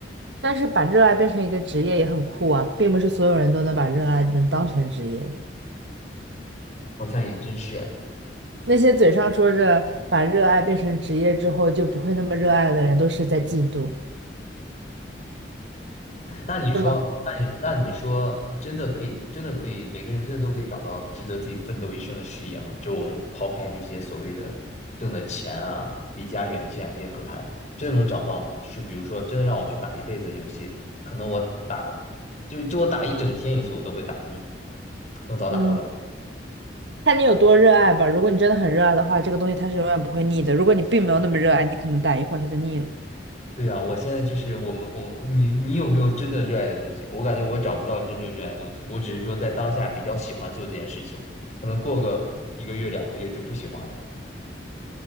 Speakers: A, on the right; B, on the left.
A: 但是把热爱变成一个职业也很酷啊，并不是所有人都能把热爱能当成职业的。
B: 好像也真是。
A: 那些嘴上说着把热爱变成职业之后就不会那么热爱的人，都是在嫉妒，
B: 那你说，
A: 对吗？
B: 那你那你说，真的可以，真的可以，每个人真的都可以找到值得自己奋斗一生的事业吗？就我们抛开这些所谓的挣的钱啊、离家远近啊这些不谈，真的能找到吗？就是比如说，真的让我去打一辈子游戏，可能我打，就是就我打一整天游戏，我都会打腻，从早打到晚。
A: 嗯。看你有多热爱吧。如果你真的很热爱的话，这个东西它是永远不会腻的。如果你并没有那么热爱，你可能打一会儿它就腻了。
B: 对呀，我现在就是我们我你你有没有真的热爱的东西？我感觉我找不到真正热爱的东西，我只是说在当下比较喜欢做这件事情，可能过个一个月两个月就不喜欢了。